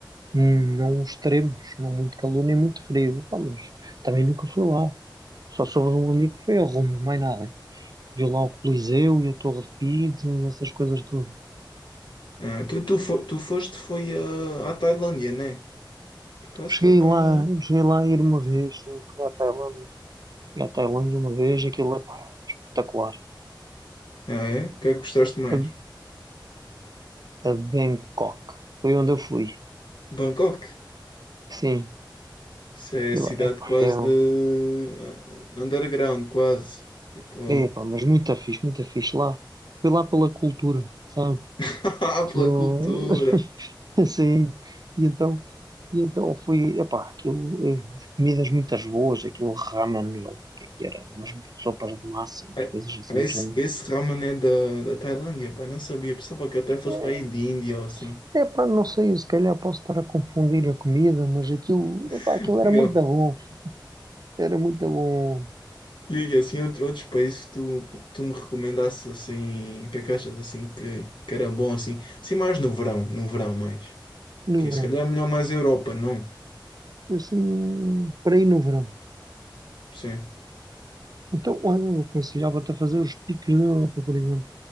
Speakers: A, on the right; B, on the left.
A: Hum, Não extremos, não muito calor nem muito frio. Pá, mas também nunca fui lá. Só soube de um amigo que foi a Roma, mais nada. Viu lá o Coliseu e a Torre de Pisa e essas coisas tudo.
B: Ah, tu, tu, fo- tu foste foi ah, à Tailândia, né? Por acaso
A: Cheguei
B: também.
A: lá, cheguei lá a ir uma vez, sim, fui à Tailândia. Fui à Tailândia uma vez, aquilo é pá, espetacular.
B: Ah, é? O que é que gostaste mais?
A: A, a Bangkok, foi onde eu fui.
B: Bangkok.
A: Sim,
B: Isso é
A: fui
B: cidade
A: lá. Epá,
B: quase
A: é, um-
B: de ah, underground, quase. Tipo,
A: epá, mas muito fixe, muito fixe lá. Fui lá pela cultura, sabe?
B: <laughs> ah,
A: que
B: pela
A: eu
B: cultura.
A: <laughs> assim, e então, e então fui, epá, aquilo, eh, comidas muitas boas, aquilo ramen, ou o que é que era, umas sopas de massa, umas
B: Ah,
A: coisas assim
B: Esse,
A: do género.
B: esse ramen é da, da Tailândia, pai, não sabia. Pensava que até fosse
A: Eh,
B: para aí de Índia ou assim.
A: Epá, não sei, eu se calhar posso estar a confundir a comida, mas aquilo, epá,
B: <laughs>
A: aquilo era muito da bom, era muito da bom
B: E assim, out- outros países que tu, tu me recomendasses assim, que é que achas assim que, que era bom assim? Sim, mais no verão, no verão mais.
A: no
B: Que
A: verão,
B: se calhar é melhor mais a Europa, não?
A: assim, para ir no verão.
B: Sim.
A: Então, olha, eu aconselhava-te a fazer os picos da Europa, por exemplo,